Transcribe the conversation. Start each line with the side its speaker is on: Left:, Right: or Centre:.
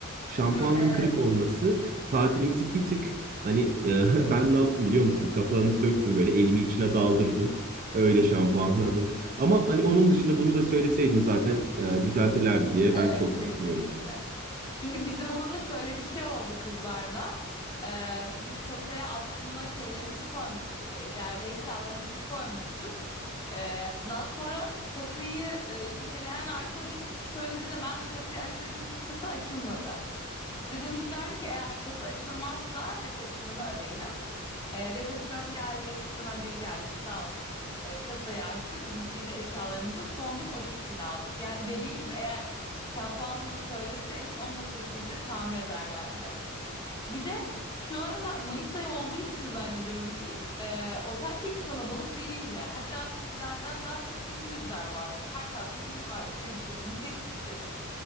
Right: Şampuanın
Left: Hı, evet.
Right: kırık olması tatilimizi bir tık hani e, <laughs> ben ne yaptım biliyor musun? Kapağını söktüm böyle elimi içine daldırdım. Öyle şampuanladım. Ama hani onun dışında bunu da söyleseydim zaten e, düzeltirlerdi diye ben
Left: Evet,
Right: çok takmıyorum.
Left: kesinlikle. Çünkü bizim odada şöyle bir şey oldu kızlarla. Ee, biz kasaya aslında şeylerimizi koymuştuk. e, Değerli eşyalarımızı koymuştuk. Ee, daha sonra kasayı e, şifreleyen arkadaşım söylediğinde ben de kasayı açmaya çalıştım. Kasa açılmadı. Bize demişlerdi ki eğer kasa açılmazsa resepsiyonu arayın. E, resepsiyon geldi, resepsiyona biri geldi sağ olsun. E, kasayı açtı. Bizim biz eşyalarımızı son gün o şekilde aldık. Yani dediğin gibi eğer şampuanlığı söyleseydin onu da kesinlikle tamir ederlerdi. Bir de şu aralar Mayıs ayı olduğu için zannediyorum ki e, otel hiç kalabalık değildi. Hatta Türklerden daha çok İngilizler vardı. Her tarafta İngiliz vardı. Senin dikkatini çekmiştir.